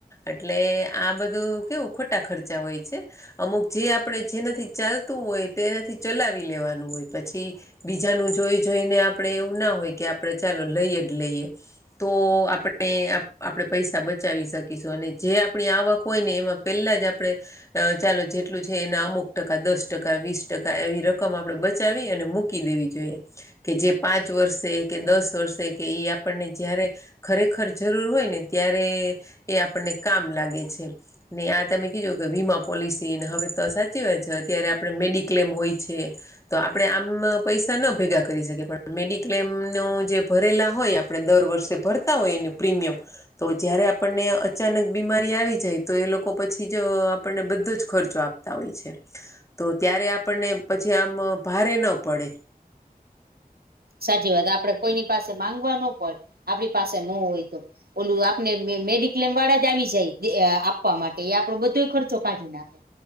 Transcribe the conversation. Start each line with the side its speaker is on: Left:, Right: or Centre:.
Left: એટલે આ બધું કેવું ખોટા ખર્ચા હોય છે. અમુક જે આપણે જેનાથી ચાલતું હોય તેનાથી ચલાવી લેવાનું હોય પછી બીજાનું જોઈ જોઈને આપણે એવું ના હોય કે આપણે ચાલો લઈએ જ લઈએ. તો આપણે આપણે પૈસા બચાવી શકીશું અને જે આપણી આવક હોય ને એમાં પેલાજ આપણે અ ચાલો જેટલું છે એના અમુક ટકા દસ ટકા વીસ ટકા એવી રકમ આપડે બચાવી અને મૂકી દેવી જોઈએ. કે જે પાંચ વર્ષે કે દસ વર્ષે કે એ આપણને જ્યારે ખરેખર જરૂર હોય ને ત્યારે એ આપણને કામ લાગે છે. ને આ તમે કીઘુ કે વીમા પોલિસીને હવે તો સાચી વાત છે અત્યારે આપણે મેડિક્લેમ હોય છે. તો આપણે આમ પૈસા ન ભેગા કરી શકીએ પણ મેડિક્લેમ નો જે ભરેલા હોય આપણે દર વર્ષે ભરતા હોય એનુ પ્રીમિયમ તો જયારે આપણને અચાનક બીમારી આવી જાય તો એ લોકો પછી આપણને બધો જ ખર્ચો આપ તા હોય છે તો ત્યારે આપણને પછી આમ ભારે ન પડે.
Right: સાચી વાત આપડે કોઈની પાસે માંગવા ન પડે આપણી પાસે ન હોય તો ઓલું આપને મેડિક્લેમ વાળા જ આવી જાય આપવા માટે એ આપડો બધો ખર્ચો કાઢી નાખે